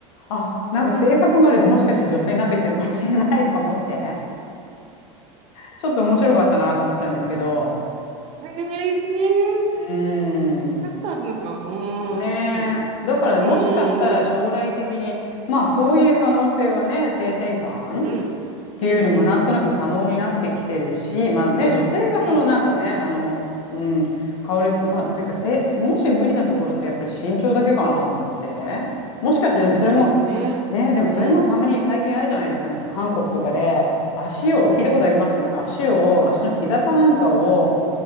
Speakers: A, on the left (about 75°); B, on the right (about 40°).
A: あ、なんか性格まででもしかして女性になってきてるかもしれないとか思って、ちょっと面白かったなと思ったんですけど、
B: へえ、
A: うーん。
B: 2つあるのか。う
A: ねえ。
B: ーん、確かに。
A: だからもしかしたら将来的に、
B: うんうん
A: まあそういう可能性はね、性転換っ
B: うん。
A: ていうのもなんとなく可能になってきてるし、
B: うん。うんうん
A: まあね、女性がそのなんかね、
B: うん。
A: あの、うん、変わるって、まあっていうかせ、もし無理なところってやっぱり身長だけかなと思って。もしかしてでもそれも、
B: そうですね。
A: ね、でもそれもたまに最近あるじゃないですか、
B: うん。
A: なんか韓国とかで足を、
B: うんうん。
A: 聞いたことありますよ、なんか足を、足の膝かなんかを、